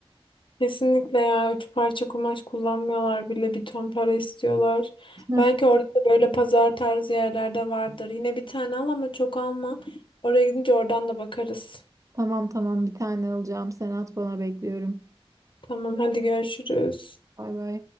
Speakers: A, on the left; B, on the right.
A: Kesinlikle ya. Üç parça kumaş kullanmıyorlar bile. Bir ton para istiyorlar.
B: <laughs>
A: Belki orada da böyle pazar tarzı yerlerde vardır. Yine bir tane al ama çok alma. Oraya gidince oradan da bakarız.
B: Tamam tamam bir tane alacağım. Sen at bana bekliyorum.
A: Tamam hadi görüşürüz.
B: Bay bay.